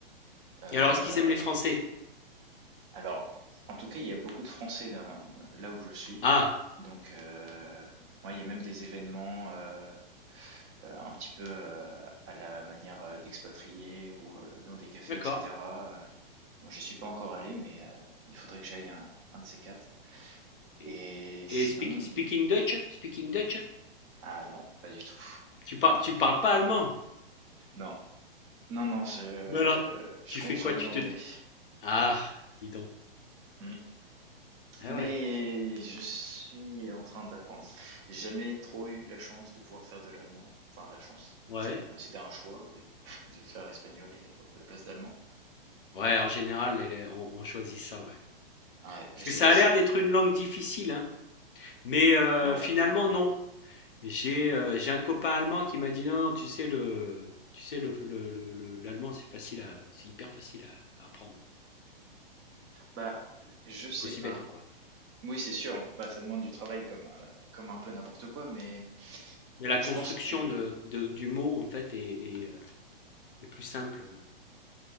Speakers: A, on the right; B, on the left.
A: Euh,
B: Et alors est-ce qu'ils aiment les Français?
A: Alors, en tout cas, il y a beaucoup de Français dans- là où je suis.
B: Ah,
A: Donc, euh, ouais, il y a même des événements euh, euh, un petit peu euh, à la manière euh, d'expatriés ou euh, dans des cafés,
B: d'accord.
A: etc. Euh, Bon, j'y suis pas encore allé, mais euh, il faudrait que j'aille un, un de ces quatre.
B: Et,
A: Et sinon,
B: et speak- speaking Dutch? Speaking Dutch?
A: ah non, pas du tout.
B: Tu parles, tu parles pas allemand?
A: Non, non, non, je,
B: Mais alors,
A: je
B: tu
A: compte
B: fais
A: sur
B: quoi?
A: mon
B: Tu
A: anglais.
B: te Ah, dis donc.
A: Hmm.
B: Ah
A: Mais
B: ouais.
A: je suis en train d'apprendre. J'ai jamais trop eu la chance de pouvoir faire de l'allemand. Enfin, la chance.
B: Ouais.
A: C'est- C'était un choix au début <laughs> de faire espagnol et euh, à la place d'allemand.
B: Ouais, en général, les- les- on, on choisit ça, ouais.
A: Ah Ouais,
B: Parce
A: je
B: que
A: sais
B: ça
A: pas si.
B: a l'air d'être une langue difficile, hein. Mais euh,
A: ah
B: finalement,
A: Ouais.
B: non. J'ai euh, j'ai un copain allemand qui m'a dit non, non, tu sais, le, tu sais, le, le- le- le- l'allemand, c'est facile à, c'est hyper facile à, à apprendre.
A: Bah, je sais
B: Faut s'y
A: pas.
B: mettre, quoi.
A: Oui, c'est sûr. Bah, ça demande du travail comme, euh, comme un peu n'importe quoi, mais
B: Mais la construction
A: je pense que
B: de, de- du mot, en fait, est, est, euh, est plus simple. euh,